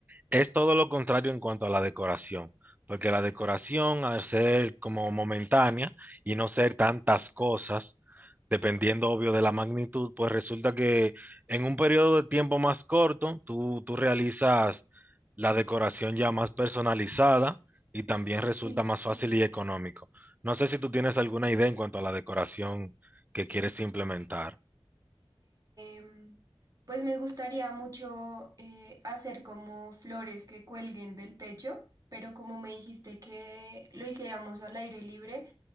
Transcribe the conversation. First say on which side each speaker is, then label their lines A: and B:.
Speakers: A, on the right; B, on the right.
A: es todo lo contrario en cuanto a la decoración, porque la decoración, al ser como momentánea y no ser tantas cosas, dependiendo obvio de la magnitud, pues resulta que en un periodo de tiempo más corto, tú, tú realizas la decoración ya más personalizada y también resulta
B: sí.
A: más fácil y económico. No sé si tú tienes alguna idea en cuanto a la decoración que quieres implementar.
B: Em, pues me gustaría mucho eh, hacer como flores que cuelguen del techo, pero como me dijiste que lo hiciéramos al aire libre,